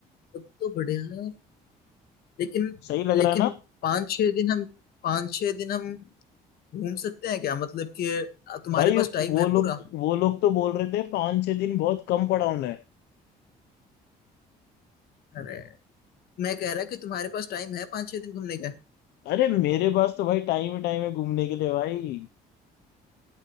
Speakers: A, on the left; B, on the left.
A: तब तो बढ़िया है लेकिन
B: सही लग
A: लेकिन
B: रहा है
A: पाँच छह दिन हम पाँच छह दिन हम घूम सकते हैं क्या मतलब कि तुम्हारे
B: भाई
A: पास टाइम
B: वो
A: है
B: लोग
A: पूरा
B: वो लोग तो बोल रहे थे पाँच छह दिन बहुत कम पड़ा उन्हें
A: अरे मैं कह रहा कि तुम्हारे पास टाइम है पाँच छह दिन घूमने का
B: अरे मेरे पास तो भाई टाइम है टाइम है घूमने के लिए भाई